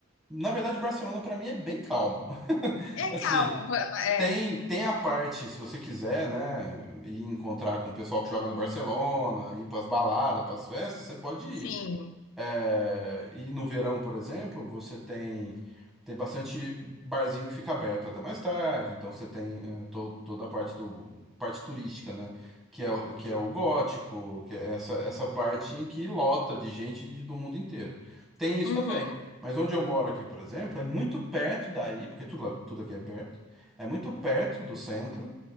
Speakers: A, in the centre; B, on the left.
A: na verdade, Barcelona para mim é bem calmo. <laughs>
B: é
A: Assim,
B: calmo, é,
A: tem tem a parte, se você quiser, né, ir encontrar com o pessoal que joga no Barcelona, ir pras baladas, pras festas, você pode ir.
B: sim.
A: É, E no verão, por exemplo, você tem tem bastante barzinho que fica aberto até mais tarde, então você tem eh, to- toda a parte do parte turística, né? Que é, o- que é o gótico, que é essa, essa parte em que lota de gente de- do mundo inteiro. Tem isso
B: Uhum.
A: também. Mas onde eu moro aqui, por exemplo, é muito perto daí, porque tudo, lá- tudo aqui é perto, é muito perto do centro,